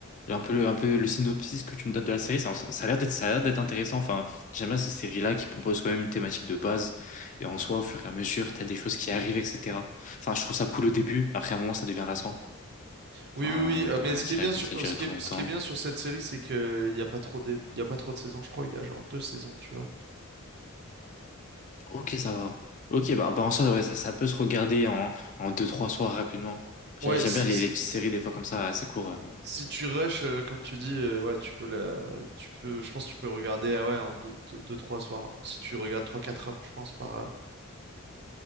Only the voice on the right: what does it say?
Oui,
oui, oui. euh,
mais ce qui
est bien
sur,
euh,
ce qui
est,
ce qui est bien sur cette série, c'est que il y a pas trop de, il y a pas trop de saisons. Je crois il y a genre deux saisons, tu vois.
Ouais,
c-
c-
Si tu rushes, euh, comme tu dis, euh, ouais, tu peux la, tu peux, je pense que tu peux regarder, ah ouais, en deux, deux, deux, trois soirs. ouais. Si tu regardes trois, quatre heures, je pense, par, euh,